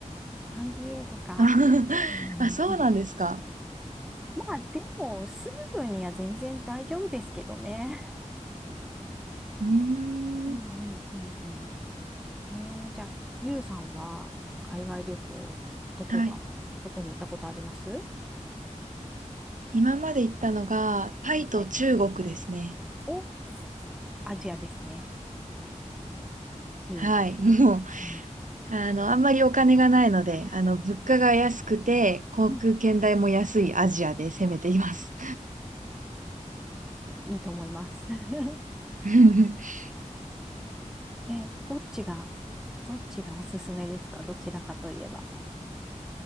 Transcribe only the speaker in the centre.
サンディエゴか。
うん、
まあ、でも、住む分には全然大丈夫ですけどね。
うんうんうん
うん。えー、じゃあ、ゆうさんは海外旅行、どこが、
どこに行ったことありますは
い。お、アジアですね。いいな。
うん。
うんいいと思います。<laughs>
え、どっちが、どっちがおすすめですかどちらかといえば。